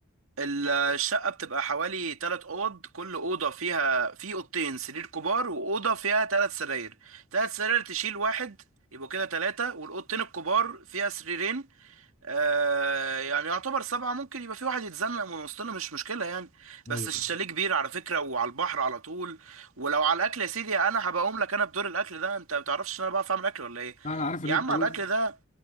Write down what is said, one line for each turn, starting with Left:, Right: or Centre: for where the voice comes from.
Right: الشقه بتبقى حوالي ثلاث اوض كل اوضه فيها في اوضتين سرير كبار واوضه فيها ثلاث سراير ثلاث سراير تشيل واحد يبقوا كده ثلاثه والاوضتين الكبار فيها سريرين آه يعني يعتبر سبعة ممكن يبقى في واحد يتزنق من وسطنا مش مشكلة يعني
Left: ايوه
Right: بس الشاليه كبير على فكرة وعلى البحر على طول ولو على الأكل يا سيدي أنا هبقى أقوم لك أنا بدور الأكل ده أنت ما بتعرفش إن أنا بعرف أعمل أكل ولا إيه
Left: انا عارف
Right: يا
Left: ان انت
Right: عم على
Left: عاوز-
Right: الأكل ده